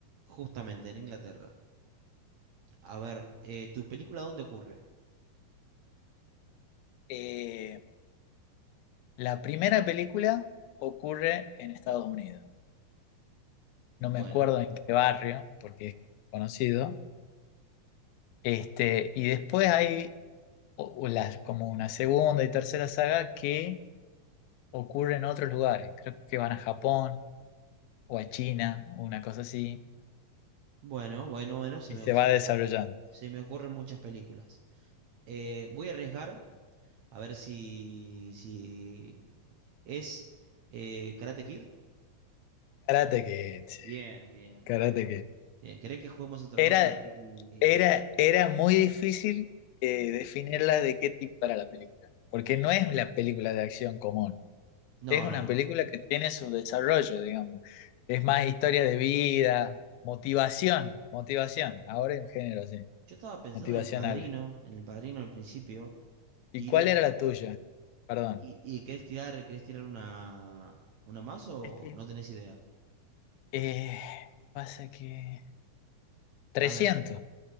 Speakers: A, on the right; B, on the left.
A: justamente en Inglaterra. A ver, eh, ¿tu película dónde ocurre?
B: eh, la primera película ocurre en Estados Unidos. No
A: Bueno,
B: me acuerdo en qué barrio, porque es como conocido. Este, y después hay o- o las- como una segunda y tercera saga que ocurre en otros lugares. Creo que van a Japón o a China, una cosa así,
A: bueno, bueno, bueno, se
B: y
A: me,
B: se
A: se
B: va
A: me-
B: desarrollando.
A: se me ocurren muchas películas. Eh, voy a arriesgar a ver si, si es eh, Karate Kid.
B: Karate que
A: Bien, bien,
B: Karate
A: bien.
B: Kid.
A: Bien, ¿querés que juguemos otra
B: Era,
A: ronda? Sí.
B: era, era muy difícil eh, definirla de qué tipo era la película, porque no es la película de acción común,
A: No,
B: es
A: no.
B: una película que tiene su desarrollo, digamos. Es más historia de vida, motivación, motivación, ahora en género, sí,
A: Yo estaba pensando
B: motivacional.
A: en El Padrino, en El Padrino al principio,
B: ¿Y
A: y
B: cuál
A: de,
B: era la tuya? Perdón.
A: ¿Y, y querés tirar, querés tirar una, una más o
B: Es
A: no tenés idea?
B: Eh, pasa que... 300.
A: A ver,